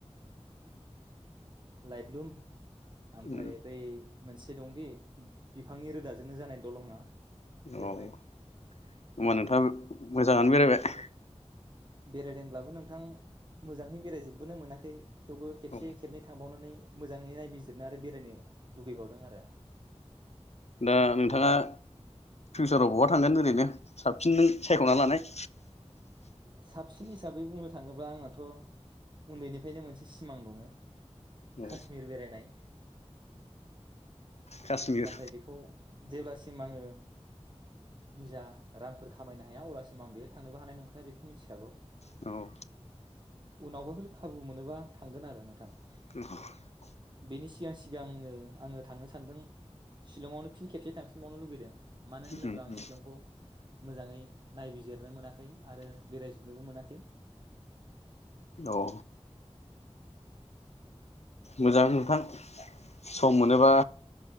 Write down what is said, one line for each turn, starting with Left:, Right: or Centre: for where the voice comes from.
Right: लाइटलुम। ओमफ्राय
Left: उम
Right: बै मोनसे दंदि बिफांनि रोदाजोंनो जानाय दलङा बेवहाय
Left: औ होनबा नोंथाङा मोजाङानो बेरायबाय।
Right: बेरायदोंब्लाबो नोंथां मोजाङै बेरायजोबबोनो मोनाखै। थेवबो खेबसे
Left: औ
Right: खेबनै थांबावनानै मोजाङै नायबिजिरनो आरो बेरायनो लुुबैबावदों आरो।
Left: दा नोंथाङा फिउचाराव बहा थांगोन ओरैनो? साबसिनजों सायख'ना लानाय
Right: साबसिन हिसाबै बुंनो थाङोब्ला आंनाथ' उन्दैनिफ्रायनो मोनसे सिमां दङो।
Left: औ
Right: काश्मिर बेरायनाय
Left: काश्मिर
Right: नाथाय बेखौ जेब्लासिम आङो निजा रांफोर खामायनो हाया अब्लासिम आं बेयो थांनोबो हानाय नंखाया बेखौ मिथिखागौ।
Left: नंगौ।
Right: उनावबाफोर खाबु मोनोबा थांगोन आरो नोंथां।
Left: <inaudible>
Right: बेनि सिगां सिगां ओ आङो थांनो सान्दों शिलंआवनो फिन खेबसे थांफिनबावनो लुुबैदों मानो होनोब्ला
Left: उम उम
Right: आं शिलंखौ मोजाङै नायबिजिरनो मोनाखै आरो बेरायजोबनोबो मोनाखै।
Left: औ। मोजां नोंथां सम मोनोबा